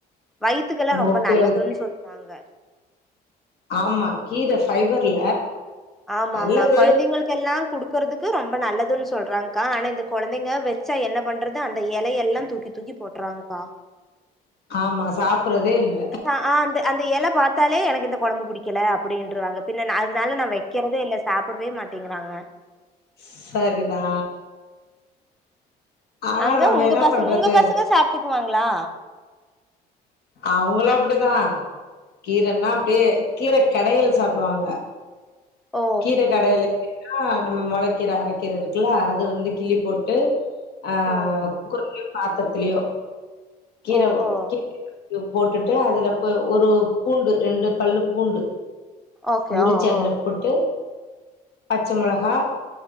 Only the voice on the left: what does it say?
ஓகே
ஓகே
ஆமா கீர ஃபைபர்ல
நல்லது
ஆமா சாப்புறதே இல்ல
ஸ் சரிதா ஆனா
நம்ம
என்ன
பண்றது
அவுங்களு அப்டிதா கீரன்னா அப்டியே கீர கெடையல் சாப்டுவாங்க
கீர கடையிலு <unintelligible> நம்ம மொளக்கீர அரக்கீர இருக்குல்ல அது வந்து கிள்ளி போட்டு ஆ
குக்கர்லியோ பாத்தர்துலியோ கீர
<unintelligible>
து போட்டுட்டு அதுல பு ஒரு பூண்டு ரெண்டு பல்லு பூண்டு
உரிச்சு
அதுல
போட்டு பச்ச மொளகா